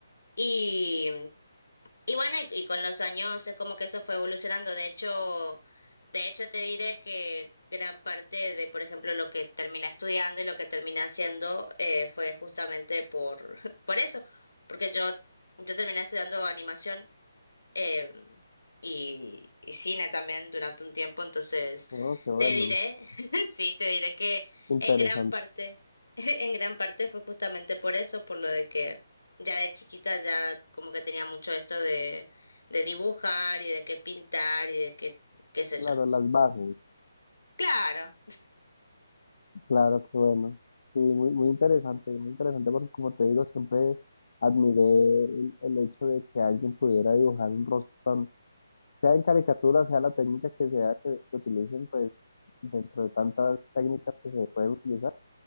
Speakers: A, on the left (about 85°); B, on the left (about 60°).
A: y y bueno, y, y con los años es como que eso fue evolucionando. De hecho, de hecho te diré que gran parte de, por ejemplo, lo que terminé estudiando y lo que terminé haciendo eh, fue justamente por, <laughs> por eso, porque yo, yo terminé estudiando animación eh, y, y cine también durante un tiempo, entonces
B: Oh, qué bueno.
A: te diré, <laughs> sí, te diré que
B: Interesante.
A: en gran parte, <laughs> en gran parte fue justamente por eso, por lo de que ya de chiquita ya como que tenía mucho esto de, de dibujar y de qué pintar y de qué, qué sé
B: Claro,
A: yo.
B: las bases.
A: Claro.
B: Claro, qué bueno. Sí, muy, muy interesante, muy interesante porque como te digo, siempre admiré el, el hecho de que alguien pudiera dibujar un rostro tan- sea en caricatura, sea la técnica que sea que se utilicen, pues dentro de tantas técnicas que se pueden utilizar